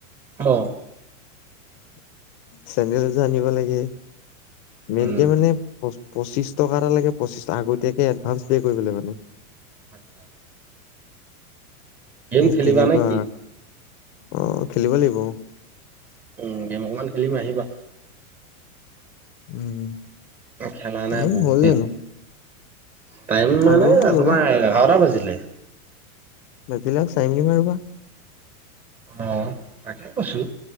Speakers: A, on the right; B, on the left.
A: অ'।
B: চেণ্ডেল এজোৰ আনিব লাগে। মেইনকে
A: উম।
B: মানে পঁচিশ টকা এটা লাগে পঁচিশ আগতিয়াকে এডভান্স পে কৰিবলে মানে।
A: আত্ছা। গেম
B: এই
A: খেলিবা
B: তেনেকুৱা
A: নে কি?
B: অ', খেলিব লাগিব।
A: উম, গেম অকমান খেলিম আহিবা।
B: উম।
A: খেলা নাই
B: টাইম
A: বহুত
B: হ'ল
A: দিন।
B: জানো
A: টাইম মানে
B: আৰু ৰ'বা
A: তোমাৰ এঘাৰটা বাজিল। লে।
B: বাজিলক চাৰিমিনিট মান ৰ'বা।
A: অ'। তাকে কৈছোঁ।